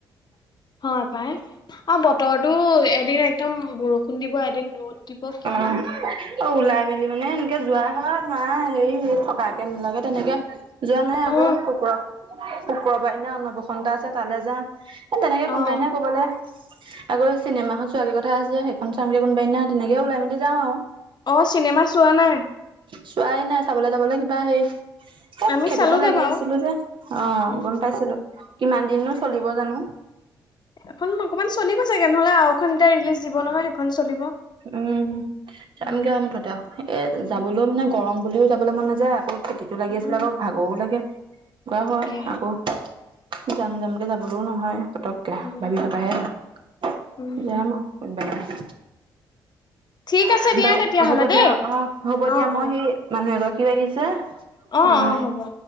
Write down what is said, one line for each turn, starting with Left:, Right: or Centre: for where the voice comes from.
Left: হয় পাই আও বতৰটো এদিন একদম বৰষুণ দিব, এদিন ৰ'দ দিব কিনো
Right: অঁ। অ ওলাই মেলি মানে এনেকে যোৱা হোৱা নাই। হেৰি থকাকে নোলোৱাকে তেনেকে যোৱা নাই আক'।
Left: অ
Right: শুক্ৰ শুক্ৰবাৰ দিনাখন অন্নপ্ৰসন্ন এটা আছে তালে যাম। এ তেনেকে কোনোবাদিনা
Left: অ
Right: ক'বালে গৈ চিনেমা এখন চোৱাগে কথা আছে। সেইখন চামগে কোনোবাদিনা তেনেকে ওলাই মেলি যাওঁ আও।
Left: অঁ, চিনেমা চোৱা নাই।
Right: চোৱাই নাই। চাবলে যাবলে কিবা সেই এহ্
Left: আমি
Right: খেতিতো
Left: চালোগে
Right: লাগি
Left: বাৰু
Right: আছিলো যে। অঁ,
Left: উম।
Right: গম পাইছিলোঁ। কিমান দিননো
Left: তাকে
Right: চলিব জানো?
Left: এখন অকনমান চলিব চাগে? নহলে আৰু এখন এতিয়া ৰিলিজ দিব নহয়। সেইখন চলিব।
Right: উম,
Left: উম
Right: চামগে আৰু মুঠতে আৰু এ
Left: উম
Right: যাবলো মানে গৰম বুলিও যাবলে মন নাযায় আকৌ খেতিটো লাগি
Left: উম,
Right: আছিলো আকৌ ভাগৰো লাগে। কৰা
Left: তাকেহে
Right: হয় আকৌ যাম যামকে যাবলো নহয় পতক কে
Left: উম
Right: ভাবি
Left: উম
Right: থকাহে হয় আৰু
Left: উম।
Right: যাম আও কোনবা এদিনা।
Left: ঠিক
Right: হাহ্,
Left: আছে দিয়া
Right: বাও
Left: তেতিয়াহ'লে
Right: হ'ব
Left: দেই
Right: দিয়া। অঁ, হ'ব
Left: অ
Right: দিয়া মই
Left: অ
Right: সেই মানুহ এগৰাকীও আহিছে।
Left: অঁ,
Right: উম
Left: অঁ হ'ব, অ।